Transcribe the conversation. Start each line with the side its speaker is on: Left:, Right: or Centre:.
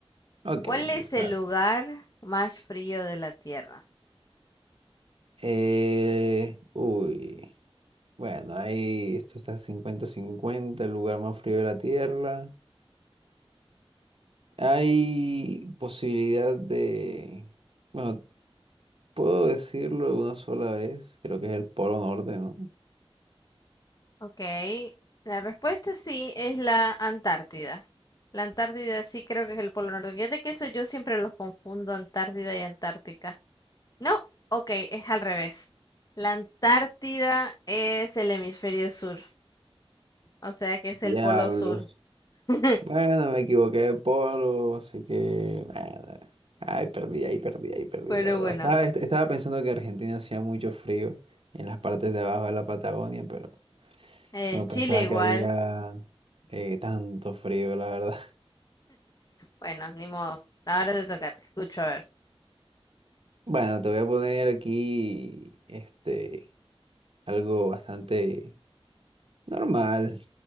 Right: Ok,
Left: ¿Cuál
Right: me
Left: es
Right: gusta.
Left: el lugar más frío de la Tierra?
Right: Eh, uy, bueno, ahí esto está cincuenta cincuenta el lugar más frío de la Tierra. Hay posibilidad de, bueno, puedo decirlo de una sola vez, creo que es el Polo Norte, ¿no?
Left: Ok, la respuesta sí es la Antártida. La Antártida sí creo que es el Polo Norte. Fíjate que eso yo siempre los confundo, Antártida y Antártica. No, ok, es al revés. La Antártida es el hemisferio sur, o sea que es
Right: Diablos.
Left: el Polo Sur. <laughs>
Right: Bueno, me equivoqué de polo, así que nada. Ay, perdí, ahí perdí, ahí perdí,
Left: Pero
Right: la verdad.
Left: bueno,
Right: Estaba, est- estaba pensando que Argentina hacía mucho frío en las partes de abajo de la Patagonia, pero
Left: en
Right: no
Left: Chile
Right: pensaba
Left: igual.
Right: que haría eh, tanto frío, la verdad. <laughs>
Left: Bueno, ni modo. Ahora te toca, te escucho, a ver.
Right: Bueno, te voy a poner aquí este algo bastante normal,